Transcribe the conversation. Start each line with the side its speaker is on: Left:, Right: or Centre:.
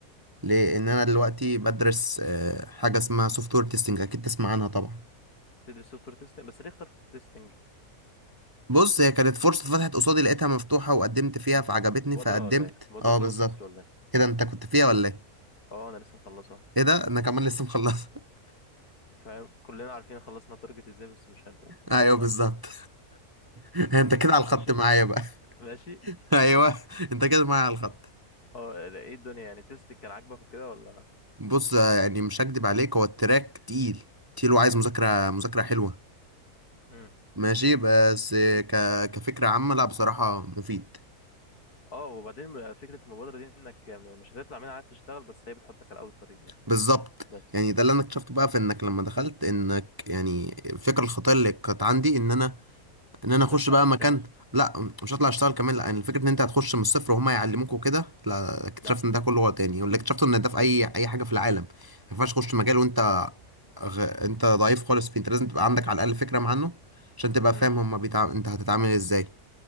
Right: لان انا دلوقتي بدرس آه، حاجه اسمها سوفت وير تيستنج اكيد تسمع عنها طبعا
Left: بتدرس سوفت وير تيستنج بس ليه اخترت تيستنج
Right: بص هي كانت فرصة اتفتحت قصادي لقيتها مفتوحة وقدمت فيها فعجبتني
Left: مبادره
Right: فقدمت
Left: ولا ايه مبادره
Right: اه بالظبط
Left: رواد مصر ولا ايه
Right: كده انت كنت فيها ولا ايه؟
Left: اه انا لسه مخلصها
Right: ايه ده؟ انا كمان لسه مخلص <laughs>
Left: فاهم كلنا عارفين خلصنا تارجت ازاي بس مش هنقول
Right: ايوه
Left: تمام
Right: بالظبط <laughs> انت كده على
Left: ماشي
Right: الخط معايا بقى
Left: ماشي
Right: <laughs> ايوه انت كده معايا على الخط
Left: اه ايه الدنيا يعني تيستنج كان عاجبك وكده ولا
Right: بص آه، يعني مش هكدب عليك هو التراك تقيل تقيل وعايز مذاكرة مذاكرة حلوة
Left: امم
Right: ماشي بس آه، ك... كفكرة عامة لا بصراحة مفيد
Left: اه وبعدين فكرة المبادرة دي انك م- مش هتطلع منها عايز تشتغل بس هي بتحطك على اول الطريق يعني
Right: بالظبط
Left: بس
Right: يعني ده اللي انا اكتشفته بقى في انك لما دخلت انك يعني الفكرة الخطيرة اللي كانت عندي ان انا ان انا
Left: هتطلع
Right: اخش بقى
Left: تشتغل
Right: مكان لا مش هطلع اشتغل كمان لا يعني الفكره ان انت هتخش من الصفر وهم يعلموك وكده لا اكتشفت
Left: لا
Right: ان ده كله غلط يعني واللي اكتشفته ان ده في اي اي حاجه في العالم ما ينفعش تخش مجال وانت غ... انت ضعيف خالص فيه انت لازم تبقى عندك على الاقل فكره عنه عشان تبقى
Left: امم
Right: فاهم هما بيتع... انت هتتعامل ازاي